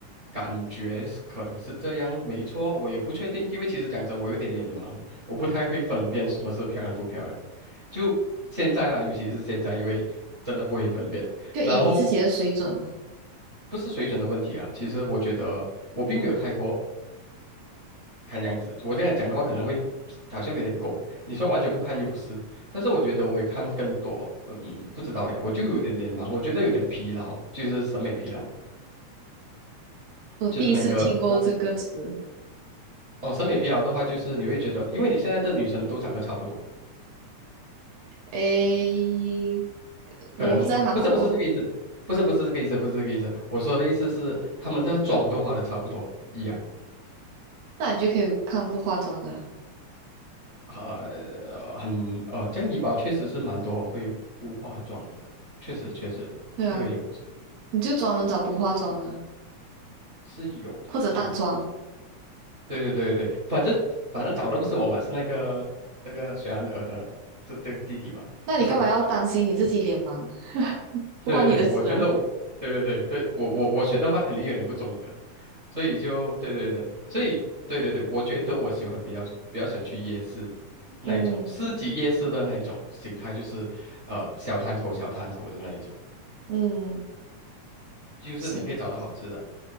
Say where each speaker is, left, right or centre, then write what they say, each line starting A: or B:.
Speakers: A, on the right; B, on the right.
A: 感觉是可能是这样，没错，我也不确定，因为其实讲真，我有点脸盲，我不太会分辨什么是漂亮不漂亮，就现在啦，尤其是现在，因为真的不会分辨。
B: 就以你自己的水准嘛。
A: 然后不是水准的问题啊，其实我觉得我并没有太过看样子。我这样讲的话，可能会好像有点狗。你说完全不看又不是，但是我觉得我会看更多。嗯，不知道诶，我就有点脸盲，我觉得有点疲劳，就是审美疲劳，
B: 我第一次听过这个词，
A: 就是那个我哦，审美疲劳的话，就是你会觉得，因为你现在的女生都长得差不多，
B: 诶，
A: 可能不是不是这个意思，
B: 我们不在韩国，
A: 不是不是这个意思，不是这个意思。我说的意思是，她们的妆都化的差不多一样。
B: 那你就可以看不化妆的啊。
A: 呃，很哦，这样怡保确实是蛮多会不化妆的，确实确实，
B: 对啊。
A: 这个有
B: 你就专门找不化妆的，
A: 是有的，
B: 或者淡妆。
A: 是有的。对对对对对，反正反正找的不是我嘛，是那个这个水安儿的这这个弟弟嘛，
B: 那你干嘛要担心你自己脸盲？
A: 不是我。
B: <laughs> 不关你的事啊。
A: 对对对，我觉得我对对对对，我我我选的话肯定有点不中肯，所以就对对对对，所以对对对，我觉得我喜欢比较比较想去夜市那一种，
B: 嗯
A: 市集夜市的那一种形态，就是呃小摊口小摊口的那一种。
B: 嗯，
A: 就是你可以找到好吃的，
B: 是，